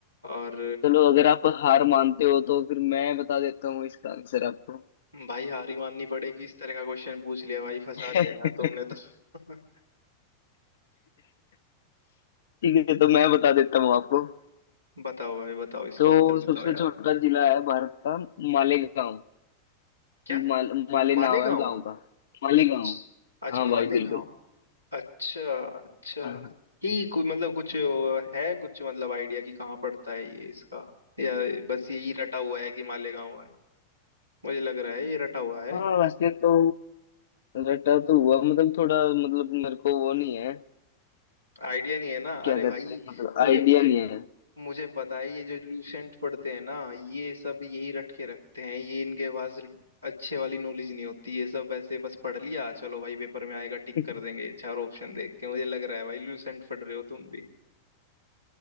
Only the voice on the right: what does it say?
और
भाई हार ही माननी पड़ेगी इस तरह का क्वेश्चन पूछ लिया भाई फंसा
दिया यार तुमने तो <laughs>
बताओ भाई बताओ इसका
उत्तर
बताओ यार
क्या
मालेगांव
अच्छा अच्छा
मालेगांव
अच्छा अच्छा
ये कोई मतलब कुछ है कुछ मतलब आइडिया कि कहाँ पड़ता है ये इसका या बस यही रटा हुआ है कि मालेगांव है मुझे लग रहा है ये रटा हुआ है
आइडिया नहीं है ना
अरे
भाई
मुझे
मुझे पता है ये जो लूसेंट पढ़ते हैं ना ये सब यही रट के रखते हैं ये इनके पास अच्छे वाली नॉलेज नहीं होती ये सब ऐसे बस पढ़ लिया चलो भाई पेपर में आएगा टिक
कर देंगे चार ऑप्शन देख के मुझे लग रहा है भाई लूसेंट पढ़ रहे हो तुम भी